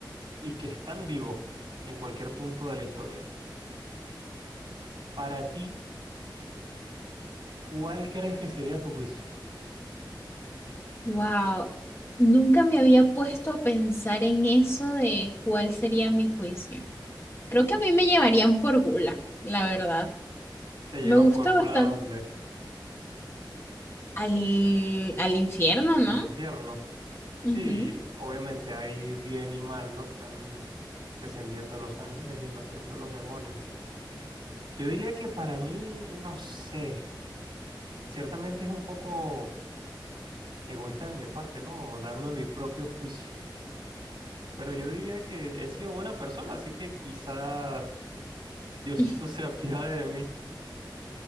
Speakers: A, on the right (about 90°); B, on the left (about 30°).
A: y que están vivos en cualquier punto de la historia. Para ti, ¿cuál crees que sería tu juicio?
B: Wow, nunca me había puesto a pensar en eso de cuál sería mi juicio. Creo que a mí me llevarían por gula, la verdad.
A: ¿Te llevan
B: Me gusta
A: por gula
B: bastante.
A: a dónde?
B: Al, al infierno, ¿no?
A: ¿Al infierno? Sí,
B: Ujú.
A: obviamente hay bien y mal, ¿no? Están descendiendo los ángeles y emergiendo los demonios. Yo diría que para mí, no sé, ciertamente es un poco egoísta de mi parte, ¿no? Darme mi propio juicio. Pero yo diría que he sido buena persona, así que quizá Diosito
B: <laughs>
A: <laughs> se apiade de mí.